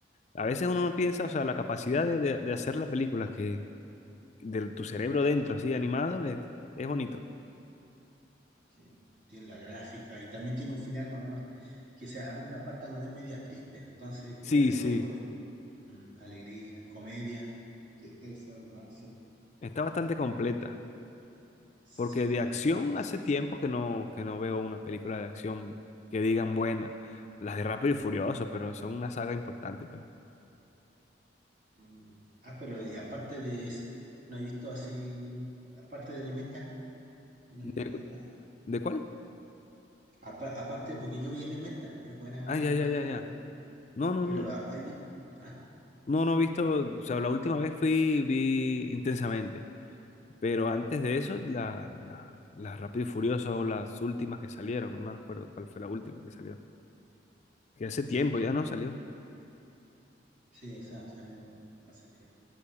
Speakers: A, on the left; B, on the right.
A: a veces uno no piensa, o sea, la capacidad de, de- de hacer la película que de tu cerebro dentro, así animado, es, es bonito.
B: sí. Tiene la gráfica y también tiene un final más o menos que sea, hay una parte donde es media triste. Entonces tiene
A: Sí,
B: de
A: sí,
B: todo por mm, alegría, comedia, tristeza, romance.
A: está bastante completa.
B: Sí.
A: Porque de acción hace tiempo que no, que no veo una película de acción que digan buena. Las de Rápido y Furioso, pero son una saga importante. pues.
B: Mm, Ah, pero y aparte de eso, no he visto así, aparte de Elemental, no
A: ¿De,
B: he visto otra.
A: de cuál?
B: Apa- aparte, porque yo vi Elemental, es buena
A: Ah, ya, ya,
B: la
A: ya,
B: película,
A: ya. No, no,
B: pero
A: no.
B: apa- ahí vi- ah,
A: No, no he visto. O sea, la última vez fui, vi intensamente. Pero antes de eso, la, la, las Rápido y Furioso, las últimas que salieron, no me acuerdo cuál fue la última que salió. Que hace tiempo ya no salió.
B: sí, esa salió hace tiempo.